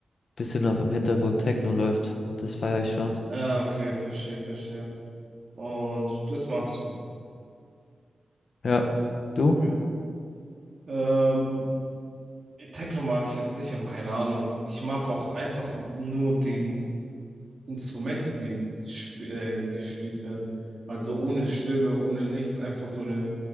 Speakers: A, on the left; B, on the right.
A: bisschen noch im Hintergrund Techno läuft. Das feiere ich schon.
B: Ah, okay, verstehe, verstehe. Und das magst du.
A: Ja. Du?
B: Okay. Ähm, Techno mag ich jetzt nicht, aber keine Ahnung. Ich mag auch einfach nur die M- Instrumente, die sp äh, gespielt werden. Also ohne Stimme, ohne nichts, einfach so eine